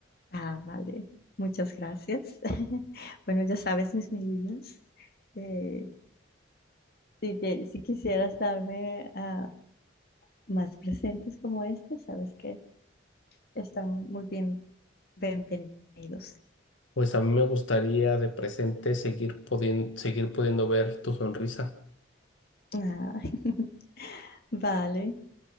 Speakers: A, on the left; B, on the left.
A: Ah, vale. Muchas gracias. <laughs> Bueno, ya sabes mis medidas. Eh, si, te- si quisieras darme ah, más presentes como este, sabes que están muy bien, bienvenidos.
B: Pues a mí me gustaría de presente seguir podien- seguir pudiendo ver tu sonrisa.
A: Ah, <laughs> vale.